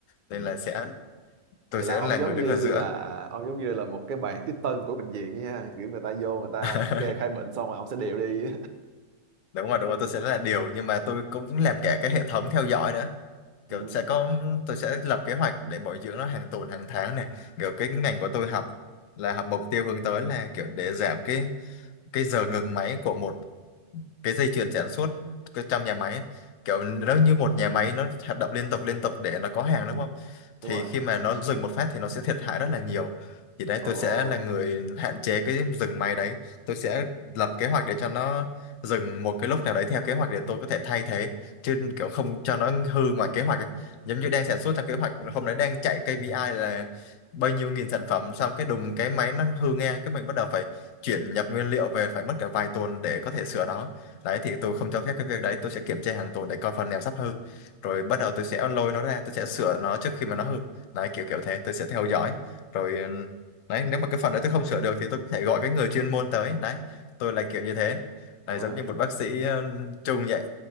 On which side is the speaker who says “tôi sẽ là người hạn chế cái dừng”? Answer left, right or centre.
Left